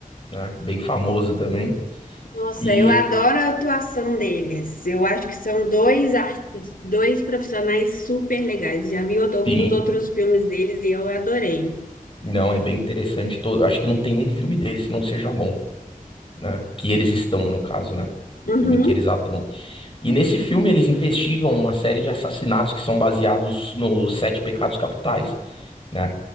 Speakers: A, on the left; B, on the left.
A: né? Bem famoso também.
B: Nossa,
A: E
B: eu adoro a atuação deles. Eu acho que são dois artistas, dois profissionais super legais. Já vi outro- alguns
A: sim,
B: outros filmes deles e eu adorei.
A: não, é bem interessante. Todo, acho que não tem um filme deles que não seja bom, né? Que eles estão, no caso, né?
B: Uhum,
A: Filme que eles atuam. E nesse filme eles investigam uma série de assassinatos que são baseados nos Sete Pecados Capitais. né?